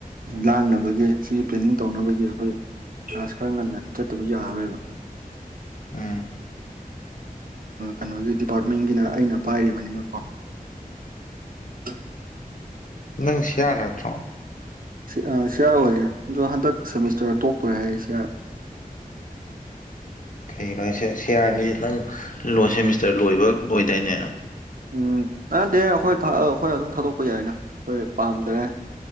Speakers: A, on the right; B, on the left.
A: ꯂꯥꯡꯅꯕꯒꯤ ꯁꯤꯒꯤ ꯄ꯭ꯂꯦꯅꯤꯡ ꯇꯧꯅꯕꯒꯤ ꯑꯩꯈꯣꯏ ꯀ꯭ꯂꯥꯁ ꯈꯔ ꯉꯟꯅ ꯆꯠꯇꯕ ꯌꯥꯔꯔꯣꯏꯕ <inaudible>
B: ꯎꯝ
A: ꯀꯩꯅꯣꯒꯤ ꯗꯤꯄꯥꯔꯠꯃꯦꯟꯒꯤꯅ ꯑꯩꯅ ꯄꯥꯏꯔꯤꯕꯅꯤꯅꯀꯣ <inaudible>
B: ꯏꯪꯁꯤꯌꯥꯅꯠꯇ꯭ꯔꯣ
A: ꯁꯤ ꯑꯥꯔ ꯑꯣꯏꯔꯦ ꯑꯗꯣ ꯍꯟꯗꯛ ꯁꯦꯃꯤꯁꯇꯔ ꯇꯇꯣꯔꯦ ꯍꯥꯏꯦ ꯁꯤ ꯑꯥꯔ
B: ꯀꯩꯒꯤꯅꯣ ꯁꯤꯌꯥꯔꯅꯤ ꯈꯤꯪ ꯂꯣ ꯁꯦꯃꯤꯁꯇꯔ ꯂꯣꯏꯕ ꯂꯣꯏꯗꯣꯏꯅꯦ
A: ꯎꯝ ꯌꯥꯠꯇꯦ ꯑꯩꯈꯣꯏ ꯑꯩꯈꯣꯏ ꯑꯗꯨꯝ ꯊꯥꯗꯣꯛꯄ ꯌꯥꯏꯅ ꯑꯩꯈꯣꯏ ꯄꯥꯝꯗ꯭ꯔꯦ